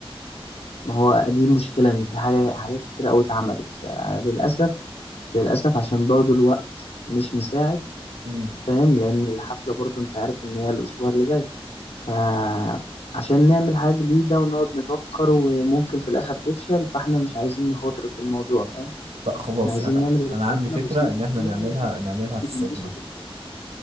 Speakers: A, on the left; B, on the right.
A: ما هو دي المشكله ان في حاجه حاجات كتير قوي اتعملت فللاسف للاسف عشان برضو الوقت مش مساعد
B: مم.
A: فاهم لان الحفله برضو انت عارف ان هي الاسبوع اللي جاي فعشان نعمل حاجه جديده ونقعد نفكر وممكن في الاخر تفشل فاحنا مش عايزين نخاطر في الموضوع فاهم
B: لا خلاص
A: احنا عايزين
B: انا
A: نعمل
B: انا عندي
A: حفله
B: فكره
A: بسيطه
B: ان احنا
A: حلوه
B: نعملها
A: الناس
B: نعملها في السخنه
A: تنبسط وخلاص